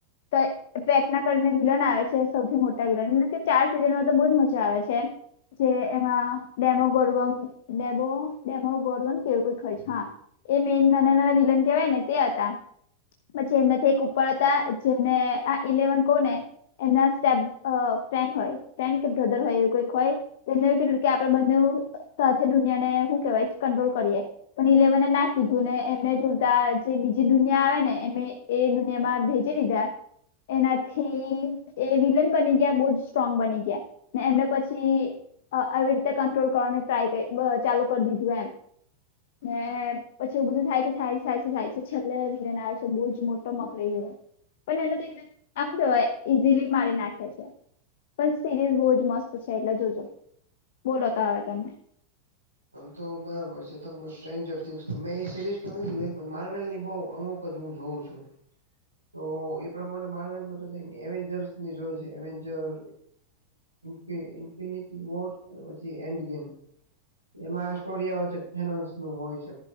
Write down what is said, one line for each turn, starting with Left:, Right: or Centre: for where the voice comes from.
Left: તે પ્રયત્ન કરીને વિલન આવે છે સૌથી મોટા વિલન કે ચાર સીઝનમાં તો બહુ જ મજા આવે છે. જે એમાં Demogorgon demo Demogorgon કેવું કઈક હોય છે. હા એ મેન નાના નાના વિલન કહેવાય ને તે હતા. પછી એમનાથી એક ઉપર હતા જેમને આ ઇલેવન કોહ ને એમના સ્ટેપ અ ફ્રેન્ડ હોય ફ્રેન્ડ કે બ્રધર હોય એવું કોઈક હોય. તેમને કીધું કે આપડે બંને સાથે દુનિયાને શું કેવાય કંટ્રોલ કરીએ. પણ ઈલેેવને ના કીધું ને એમને જોતા જે બીજી દુનિયા આવે ને એ એ દુનિયામાં ભેજે દીધા એનાથી એ વિલન બની ગયા બહ જ સ્ટ્રોંગ બની ગયા. ને એમને પછી આવી રીતે કંટ્રોલ કરવાની ટ્રાય કરી ચાલુ કરી દીધું એમ. ને પછી એવુ બધું થાય છે થાય છે થાય છે થાય છે છેલ્લે ભી લને આવે છે બહુ જ મોટો મકરાઈ ગયો. પણ એને <inaudible> આમ કેહેવાય ઈઝીલી મારી નાખે છે. પણ સિરીઝ બહુ જ મસ્ત છે એટલે જોજો બોલો તો હવ તમે.
Right: તો બરાબર છે ત સ્ટજર મે સરીઝ માર્વેલ ની બ અમુક જ હું જોઉં છું. તો એ પ્રમાણે માર્વેલમાં જો થ એવેન્જર્સની જોએ છે. વેન્જર કે ઇફિનિટી વોટ અને પછી એન્ડ ગેમ. એમાં સ્ટોરી આવે છે થનોન્ નું હોય છે.